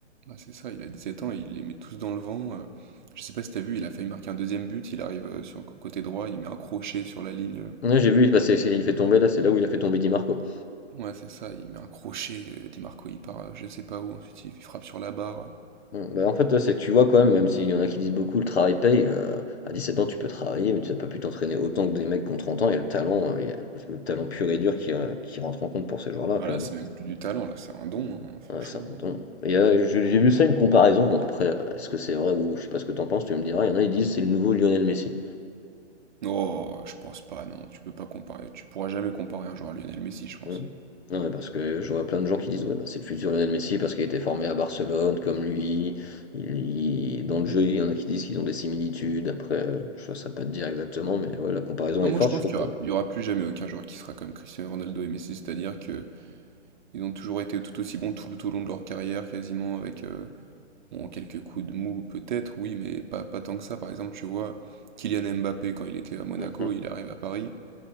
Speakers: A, on the right (about 40°); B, on the left (about 60°).
A: Bah, c'est ça, il a 17 ans, il les met tous dans le vent. euh, je sais pas si t'as vu, il a failli marquer un deuxième but, il arrive euh, sur le côté droit, il met un crochet sur la ligne. euh.
B: Ouais, j'ai vu, il, passait- il fait tomber, là, c'est là où il a fait tomber Di Marco.
A: Ouais, c'est ça, il met un crochet, euh, Di Marco, il part euh, je sais pas où, ensuite il, il frappe sur la barre.
B: Bon, bah, en fait, là, c'est, tu vois, quand même, même s'il y en a qui disent beaucoup, le travail paye. euh, à 17 ans, tu peux travailler, mais tu n'as pas pu t'entraîner autant que des mecs qui ont 30 ans. Il y a le talent, euh, il y a le talent pur et dur qui, euh, qui rentre en compte pour ces joueurs-là,
A: Ah
B: quand
A: là,
B: même.
A: c'est même plus du talent, là, c'est un don, hein, franchement.
B: Ouais, c'est un don. Et, euh, je- j'ai vu ça, une comparaison. Bon, après, euh, est-ce que c'est vrai ou je sais pas ce que t'en penses, tu me diras. Il y en a, ils disent c'est le nouveau Lionel Messi.
A: Non, je pense pas, non, tu peux pas comparer, tu pourras jamais comparer un joueur à Lionel Messi, je pense.
B: Mmh. Non, mais parce que je vois plein de gens qui disent, ouais, bah, c'est le futur Lionel Messi parce qu'il a été formé à Barcelone, comme lui. Il, il- dans le jeu, il y en a qui disent qu'ils ont des similitudes. Après, euh, je ne saurais pas te dire exactement, mais ouais, la comparaison
A: Non,
B: est
A: moi
B: forte,
A: je pense
B: je trouve.
A: qu'il y aura,
B: hein.
A: il y aura plus jamais aucun joueur qui sera comme Cristiano Ronaldo et Messi, c'est-à-dire que ils ont toujours été tout aussi bons tout, le- tout au long de leur carrière, quasiment avec euh, bon, quelques coups de mou peut-être, oui, mais pas, pas tant que ça. Par exemple, tu vois, Kylian Mbappé quand il était à Monaco,
B: Mhm.
A: il arrive à Paris,